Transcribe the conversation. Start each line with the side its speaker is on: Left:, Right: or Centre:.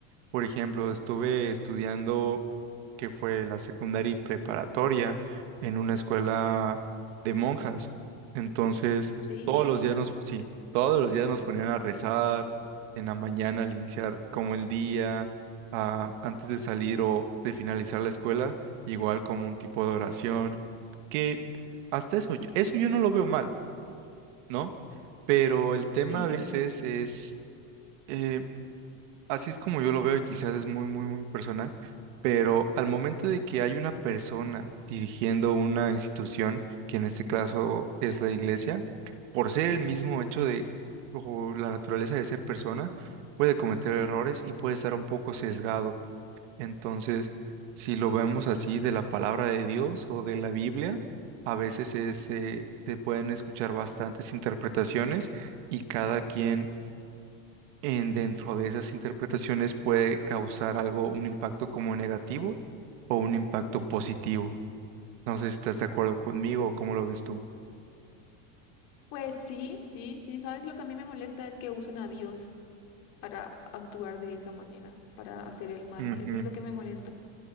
Right: por ejemplo, estuve estudiando que fue la secundaria y preparatoria en una escuela de monjas. Entonces,
Left: Sí,
Right: todos los días nos, sí, todos los días nos ponían a rezar en la mañana al iniciar como el día, ah, antes de salir o de finalizar la escuela, igual como un tipo de oración, que hasta eso, yo- eso yo no lo veo mal, ¿no? Pero el tema
Left: Sí,
Right: a veces es, eh, Así es como yo lo veo y quizás es muy, muy, muy personal, pero al momento de que hay una persona dirigiendo una institución, que en este caso es la iglesia, por ser el mismo hecho de o la naturaleza de ser persona, puede cometer errores y puede estar un poco sesgado. Entonces, si lo vemos así de la palabra de Dios o de la Biblia, a veces es, eh, se pueden escuchar bastantes interpretaciones y cada quien en dentro de esas interpretaciones puede causar algo, un impacto como negativo o un impacto positivo. No sé si estás de acuerdo conmigo o cómo lo ves tú.
Left: pues sí, sí, sí, sabes, lo que a mí me molesta es que usan a Dios para actuar de esa manera, para hacer el mal,
Right: Ujú,
Left: eso es lo que me molesta.